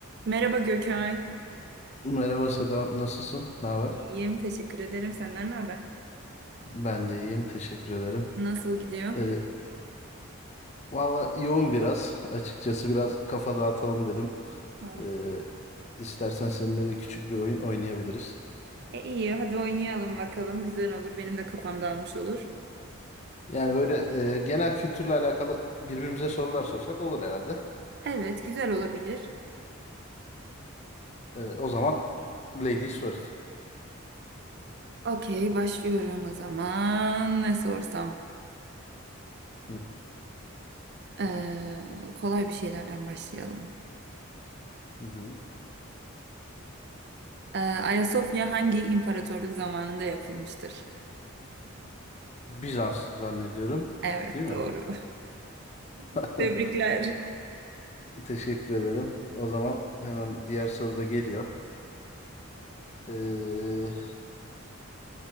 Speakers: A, on the right; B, on the left.
A: Merhaba Gökay.
B: Merhaba Seda, nasılsın? Ne haber?
A: İyiyim, teşekkür ederim. Senden ne haber?
B: Ben de iyiyim, teşekkür ederim.
A: Nasıl gidiyor?
B: Ee, valla yoğun biraz. Açıkçası biraz kafa dağıtalım dedim.
A: Ha,
B: Ee, istersen seninle de küçük bir oyun oynayabiliriz.
A: E iyi, hadi oynayalım bakalım. Güzel olur, benim de kafam dağılmış olur.
B: Yani böyle e, genel kültürle alakalı birbirimize sorular sorsak olur herhalde.
A: Evet, güzel olabilir.
B: Ee, o zaman ladies first.
A: Okey, başlıyorum o zaman. Ne sorsam?
B: Hı,
A: Ee, kolay bir şeylerden başlayalım.
B: hı hı.
A: Ee, Ayasofya hangi imparatorluk zamanında yapılmıştır?
B: Bizans zannediyorum,
A: Evet,
B: değil mi?
A: doğru.
B: <laughs>
A: <laughs> Tebrikler.
B: Teşekkür ederim. O zaman hemen diğer soru da geliyor. Ee,